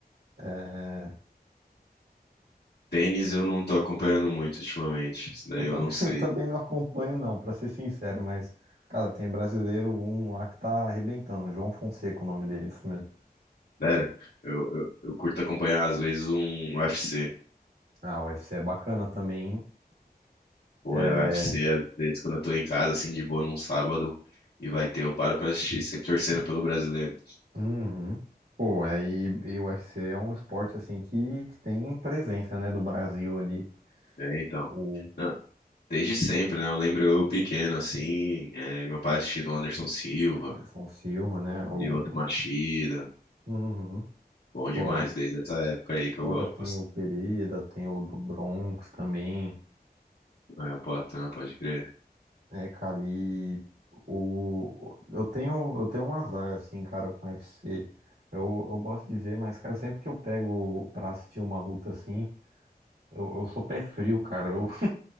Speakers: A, on the right (about 70°); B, on the left (about 80°).
A: É,
B: Tênis eu não tô acompanhando muito ultimamente, isso daí
A: Eu também,
B: eu não
A: <laughs>
B: sei.
A: eu também não acompanho, não, pra ser sincero, mas, cara, tem brasileiro um lá que tá arrebentando. João Fonseca, o nome dele, é isso mesmo.
B: Sério, eu, eu, eu curto acompanhar às vezes um UFC.
A: Ah, o UFC é bacana também. hein?
B: Pô,
A: É.
B: é UFC, às vezes quando eu tô em casa, assim, de boa num sábado, e vai ter, eu paro pra assistir, sempre torcendo pelo brasileiro.
A: Uhum. Pô, aí e o UFC é um esporte assim que, que tem presença, né, do Brasil ali,
B: É, então.
A: o
B: Não, desde sempre, né? Eu lembro eu pequeno, assim, é, meu pai assistindo Anderson Silva,
A: Anderson Silva, né? O...
B: Lyoto Machida,
A: Uhum.
B: bom demais,
A: Pô,
B: desde essa época aí que
A: Fora
B: eu gosto.
A: tem o Pereira, tem o do Bronx também.
B: É, o Poitin, pode crer.
A: É, cara, e o... eu tenho, eu tenho um azar, assim, cara, com o UFC. Eu, eu gosto de ver, mas, cara, sempre que eu pego pra assistir uma luta assim, eu, eu sou pé frio, cara. Eu,